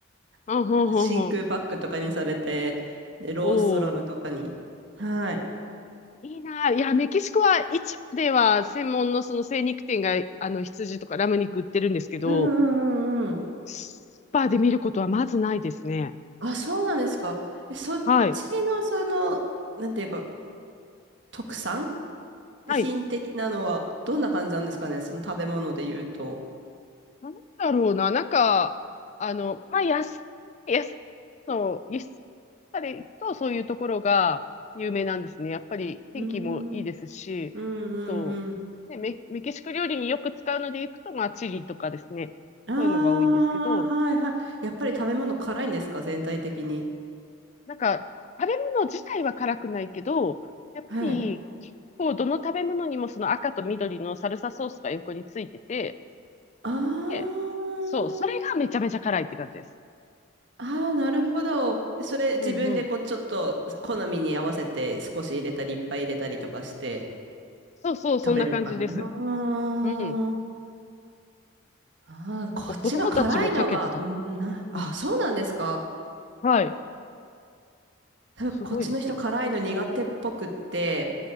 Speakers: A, on the left (about 35°); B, on the right (about 60°).
A: うん、
B: <laughs>
A: ふんふんふん。
B: 真空パックとかにされて、で、ローストラムとかに。
A: おー。
B: はい。
A: いいな。いや、メキシコは市場では専門のその精肉店が、あの、羊とかラム肉売ってるんですけど、
B: うんうんうんうん。
A: スーパーで見ることはまずないですね。
B: あ、そうなんですか。え、そっちの、
A: はい。
B: その、なんていうか、特産品的なのは、
A: はい。
B: どんな感じなんですかね、その食べ物で言うと。
A: なんだろうな。なんか、あの、まあ、安、安の輸出されると、そういうところが有名なんですね。やっぱり天気もいいですし、
B: うーん、うん、うん、
A: と、
B: うん。
A: ね、メ、メキシコ料理によく使うのでいくと、まあ、チリとかですね。
B: ああ、
A: そういうのが多いんですけど、
B: はい、はい。やっぱり食べ物辛いんですか、全体的に。
A: なんか、食べ物自体は辛くないけど、やっぱり、
B: はい。
A: こう、どの食べ物にもその赤と緑のサルサソースが横についてて、
B: ああ、
A: で、そう、それがめちゃめちゃ辛いって感じです。
B: ああ、なるほど。それ、自分でこう、
A: うんうん。
B: ちょっと、好みに合わせて、少し入れたり、いっぱい入れたりとかして、
A: そうそう、そんな感じです。
B: 食べる感じ。ああ。
A: うん。
B: ああ、こっちは辛いのが、
A: こ子供たちもかけてた。
B: うん、な、あ、
A: うん。
B: そうなんですか。
A: はい。
B: 多分こっちの人辛いの苦手っぽくって、
A: すごいですよ。